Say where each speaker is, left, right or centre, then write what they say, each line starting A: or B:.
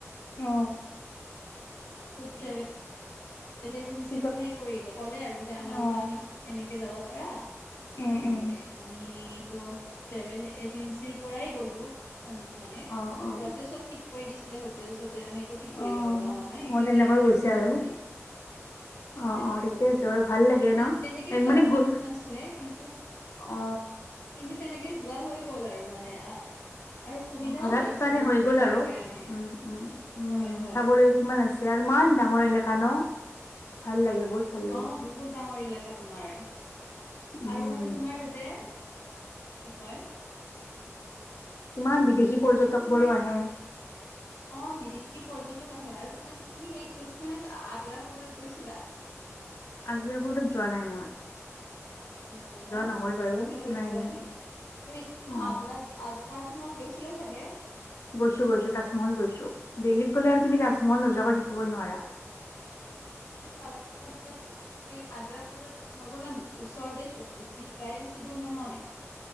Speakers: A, on the left; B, on the left.
A: অ
B: ট্ৰেভেল ট্টেভেল এজেঞ্চি
A: কি ক
B: বোলিয়েই কৰিলে কলে আৰু যে আমাৰ
A: অ
B: আমি এনেকে যাব পাৰা <unintelligible>
A: উম
B: সেনেকে
A: উম
B: আমি ট্ৰেভেল এজেঞ্চিৰ পৰাই গ'লো অ মানে সিহঁতে
A: অ অ
B: চব ঠিক কৰি দিছিলে হোটেল চোটেল আমি একো ঠিক কৰিব
A: অ
B: লগা হোৱা নাই একেবাৰে
A: অ তেনেকৈ
B: সিহঁতক
A: গৈছে
B: পইচাটো
A: আৰু
B: দি
A: <inaudible>
B: অ তেনেকে
A: ঠিকে
B: ক'লো
A: আছে বাৰু ভাল লাগে ন
B: তেনেকে
A: এক
B: যোৱা
A: মানে
B: ভাবটো
A: গ্ৰু
B: নাছিলে কিন্তু
A: অ
B: কিন্তু তেনেকে যোৱা হৈ গ'ল আৰু মানে আৰু সুবিধাও
A: হজাত
B: হৈছে
A: মানে
B: বহুত
A: হৈ গ'ল
B: যোৱাৰ
A: আৰু
B: কাৰণে
A: উ উম উম
B: হয় হয়
A: চাবলৈ কিমান আছে আৰু ইমান ডাঙৰ এলেকা ন ভাল লাগে বহুত ভাল লাগে
B: অ বহুত ডাঙৰ এলেকা তোমাৰ
A: উম
B: আৰু মানে তোমাৰ তাতে কি কয়
A: ইমান বিদেশী পৰ্যটক
B: মানে তোমাৰ
A: বোৰো আহে
B: অ', বিদেশী পৰ্যটক আহে আৰু তুমাৰ তুমি হেৰিত গৈছিলা নে আগ্ৰা কোৰ্টত গৈছিলা?
A: আগ্ৰা ৰ্ফটত যোৱা নাই মই।
B: যোৱা নাই ন,
A: নহল বাৰু
B: তাতেও গৈছিলো
A: নাই নাই
B: আমি। তুমি
A: অ
B: আগ্ৰা আগ তোমালোক গৈছিলা চাগে।
A: গৈছো গৈছো, তাজমহল গৈছো। দিল্লীত গলে আৰু তুমি তাজমহল নোযোৱাকৈ থাকিবই নোৱাৰা। <inaudible>
B: তাজমহল <unintelligible> সেই আগ্ৰা ৰ্ফটত নগলা নিকি? ওচৰতে চোন বেছি প্ৰায় বেছি দূৰ নহয়।